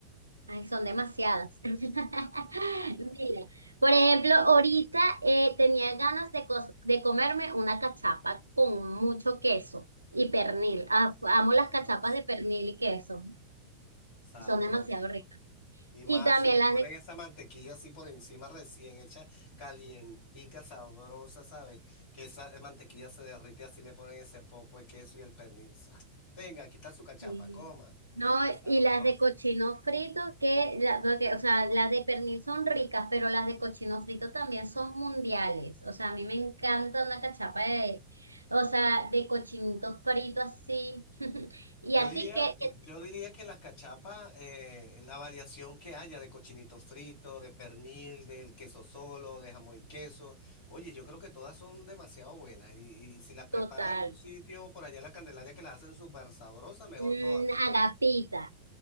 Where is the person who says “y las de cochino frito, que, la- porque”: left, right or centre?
Right